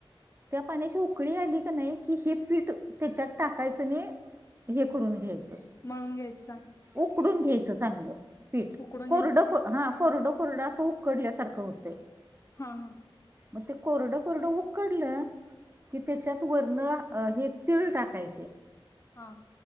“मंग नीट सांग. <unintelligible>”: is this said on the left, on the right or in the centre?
Left